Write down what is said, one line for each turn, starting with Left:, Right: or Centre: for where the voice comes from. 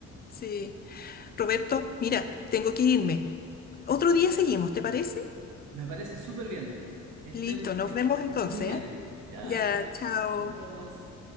Left: sí. Roberto, mira, tengo que irme. Otro día seguimos, ¿te parece?
Right: Me parece súper bien, que esté,
Left: Listo, nos
Right: que
Left: vemos
Right: esté
Left: entonces,
Right: muy bien.
Left: ¿ah?
Right: Ya,
Left: Ya, chao.
Right: adiós.